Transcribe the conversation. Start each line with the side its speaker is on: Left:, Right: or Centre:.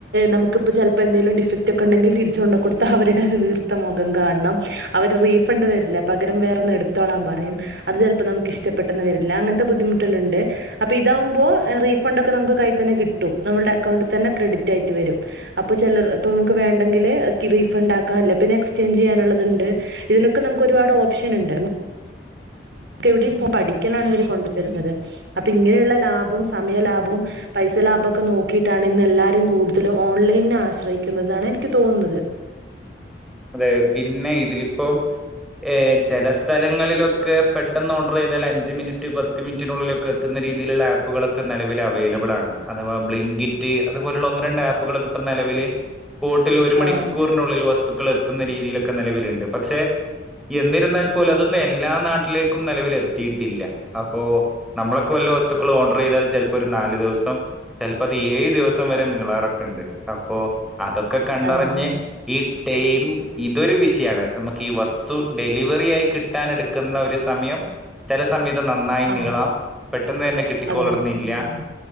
Right: നമുക്കിപ്പോ ചലപ്പോന്തെലും ഡിഫക്റ്റ് ഒക്കെ ഉണ്ടെങ്കിൽ തിരിച്ചുകൊണ്ട കൊടുത്താ അവരുടെ വീർത്ത മുഖം കാണണം അവര് റീഫണ്ട് തരില്ല പകരം വേറെ ഒന്ന് എടുത്തോളാൻ പറയും അത് ചിലപ്പോം നമുക്ക് ഇഷ്ടപ്പെട്ടന്ന് വരില്ല അങ്ങനത്തെ ബദ്ധിമുട്ടുകൾണ്ട് അപ്പൊ ഇതാ മ്പോ റീഫണ്ട് ഒക്കെ നമുക്ക് കൈൽതന്നെ കിട്ടും നമ്മുടെ അക്കൗണ്ടിൽ തന്ന ക്രെഡി ആയിട്ട് വരും അപ്പൊ ചലർ ഇപ്പ നമുക്ക് വേണ്ടെങ്കില് റീഫണ്ട് ആക്കാ എല്ലേ പിന്നെ എക്സ്ചേഞ്ച് ചെയ്യാനുള്ളത്ണ്ട് ഇതിനൊക്കെ നമുക്ക് ഒരുപാട് ഓപ്ഷൻ ഉണ്ട് എവിടെ ഇപ്പ പടിക്കലാണ് അവര് കൊണ്ടുത്തരുന്നത് അപ്പൊ ഇങ്ങനെയുള്ള ലാഭവും സമയ ലാഭവും പൈസ ലാഭക്കെ നോക്കിയിട്ടാണ് ഇന്ന് എല്ലാരും കൂടുതലും ഓൺലൈൻ ആശ്രയിക്കുന്നതാണ് എനിക്ക് തോന്നുന്നത്
Centre: അതെ പിന്നെ ഇതിലിപ്പം ഏ ചെല സ്ഥലങ്ങളിലൊക്കെ പെട്ടെന്ന് ഓർഡർ ചെയ്താൽ അഞ്ച് മിനിറ്റ് പത്ത് മിനിറ്റിനുള്ളിലൊക്കെ എത്തുന്ന രീതിയിലുള്ള ആപ്പ് ആപ്പുകളൊക്കെ നിലവിൽ അവൈലബിൾ ആണ് അഥവാ ബ്ലിങ്കിറ്റ് അതുപോലുള്ള ഒന്ന് രണ്ട് ആപ്പുകളൊക്കെ ഇപ്പ നലവില് സ്പോട്ടിൽ ഒരുമണിക്കൂർ
Right: ആഹ്
Centre: നുള്ളിൽ വസ്തുക്കൾ എത്തുന്ന രീതിയില്ക്ക നിലവിലുണ്ട് പക്ഷെ എന്നിരുന്നാൽ പോലും അതൊന്നും എല്ലാ നാട്ടിലേക്കും നലവിൽ എത്തിയിട്ടില്ല അപ്പോ നമ്മളൊക്കെ വല്ല വസ്തുക്കളും ഓർഡർ ചെയ്താൽ ചലപ്പോ ഒരു നാല് ദവസം ചലപ്പോ അത് ഏഴ് ദിവസം വരെ നീളാറൊക്കെണ്ട് അപ്പോ അതൊക്കെ കണ്ടറിഞ്ഞ്
Right: അതെ ആഹ്
Centre: ഈ ടൈം ഇതൊരു വിഷയാണ് നമുക്ക് ഈ വസ്തു ഡെലിവറി ആയി കിട്ടൻ എടുക്കുന്ന ഒരു സമയം ചെല സമയത് നന്നായി
Right: ആഹ്
Centre: നീളാം പെട്ടെന്ന് തന്നെ കിട്ടിക്കോളണനില്ല
Right: അതെ അതെ ശരിയാണ്